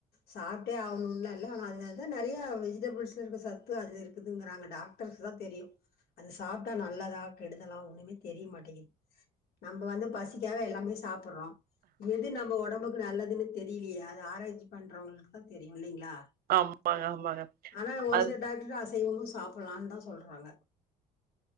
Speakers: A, on the left; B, on the right.
A: சாப்டே ஆகணும்லா இல்ல ஆனா அதுலதா நறையா வெஜிடபிள்ஸில இருக்குற சத்து அதுல இருக்குதுங்கறாங்க டாக் டர்ஸ் தா தெரியு அது சாப்டா நல்லதா கெடுதலா ஒன்னிமே தெரிய மாட்டேங்கிது நம்ம வந்து பசிக்காக எல்லாமே சாப்புட்றோ எது நம் நம்ம ஒடம்புக்கு நல்லதுன்னு தெரியலையே அது ஆராய்ச்சி பண்றவங்களுக்கு தா தெரியோ இல்லைங்களா
B: ஆமாங்க ஆமாங்க
A: ஆனா ஒரு
B: அது
A: சில டாக்டர் அசைவமும் சாப்புட்லான்னு தா சொல்றாங்க